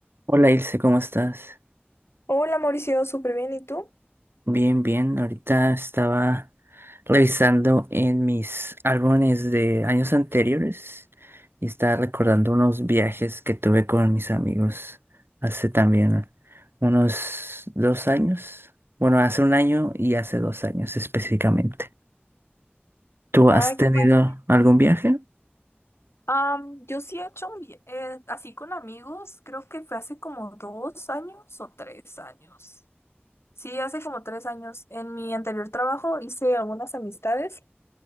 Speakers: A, on the right; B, on the left.
A: Hola Ilse, ¿cómo estás?
B: Hola Mauricio, súper bien. ¿Y tú?
A: Bien, bien. Ahorita estaba revisando en mis álbumes de años anteriores y estaba recordando
B: Ujú.
A: unos viajes que tuve con mis amigos hace también unos dos años. Bueno, hace un año y hace dos años específicamente. ¿Tú
B: Ay,
A: has tenido
B: qué padre.
A: algún viaje?
B: Am, yo sí he hecho un via- eh, así con amigos, creo que fue hace como dos años o tres años. Sí, hace como tres años. En mi anterior trabajo hice algunas amistades